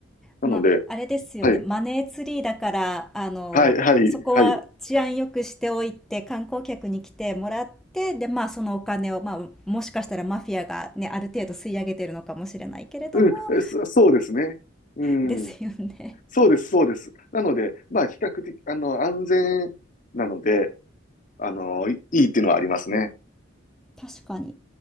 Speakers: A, on the left (about 45°); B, in the centre.
A: なので、
B: まあ、あれですよね。
A: はい、
B: マネーツリーだから、あの、
A: はい、はい、
B: そこは治安良くしておいて、
A: はい。
B: 観光客に来てもらって、で、まあ、そのお金を、まあ、もしかしたらマフィアがね、ある程度吸い上げてるのかもしれないけれども、
A: うん、そ、そうですね。うん。
B: ですよね。
A: そうです、そうです。なので、まあ、比較的、あの、安全なので、あの、いいいっていうのはありますね。
B: 確かに。